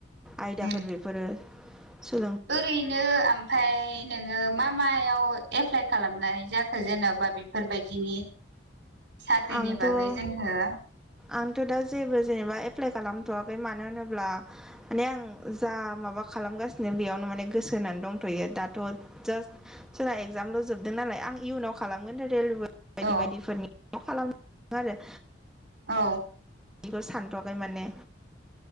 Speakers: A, in the centre; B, on the right.
A: आयदाफोर
B: उम
A: बेफोरो स <inaudible>
B: ओरैनो ओमफफ्राय नोङो मा मायाव एप्लाइ खालामनाय जाखो जेन'बा बेफोरबायदिनि साख्रिनि
A: आंथ'
B: बागै जोङो
A: आंथ' दा जेबो जेनेबा एप्लाइ खालामथ'वाखै मानो होनोब्ला माने आं जा माबा खालामगासिनो बेयावनो माने गोसो होनानै दंथ'यो दाथ' जास्ट सोरना एगजामल' जोबदों नालाय आं आं इयुनाव खालामगोन रेलवे बायदि
B: औ
A: बायदिफोरनि खालाम आरो
B: औ
A: बिखौ सानथ'वाखै माने